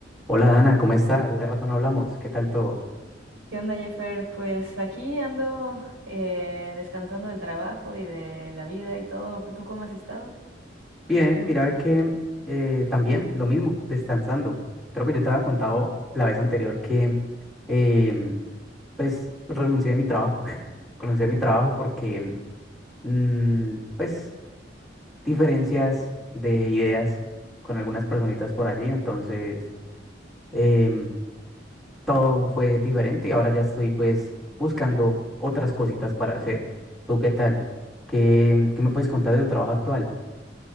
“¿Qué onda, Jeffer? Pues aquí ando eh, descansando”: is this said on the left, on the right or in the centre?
Right